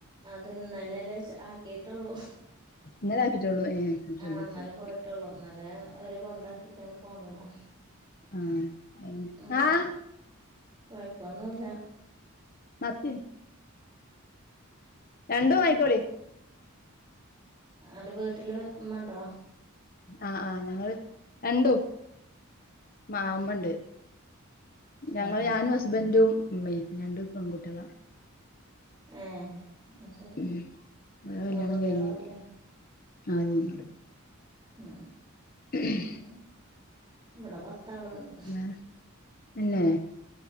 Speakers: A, on the right; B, on the left.
A: അത് ഇന്നലല്ലേ ആക്കിട്ടുള്ളൂ
B: ഇന്നലെ ആക്കിട്ടോള്ളൂ ഏഹ് ശ്രദ്ധിച്ചില്ല
A: ആ ഇന്നലെ പോയിട്ടുള്ളൂ ഇന്നലെ ഓരെ കൊണ്ടാക്കികാണ്ട് പോന്നതാ
B: ആഹ്
A: ഉം
B: ആഹ്
A: കൊഴപ്പൊന്നുല്ല
B: മത്തി രണ്ടും വായിക്കോളി
A: അടെ വീട്ടില് ഇമ്മണ്ടോ
B: ആഹ് ആഹ് ഞങ്ങള് രണ്ടും മാ ഇമ്മണ്ട് ഞങ്ങള്
A: ഏഹ്
B: ഞാനും ഹസ്ബൻഡും ഉമ്മയും രണ്ട് പെൺകുട്ടികള
A: ഏഹ് അത് ശരി.
B: ഉം വേറെ കല്യാണം
A: മൂന്ന് കുട്ടികളാവൂലേ?
B: കഴിഞ്ഞു <unintelligible>
A: ഉം
B: <inaudible>
A: ഉം. ഇവിടെ പത്താളുണ്ട്
B: വേറെ തന്നെ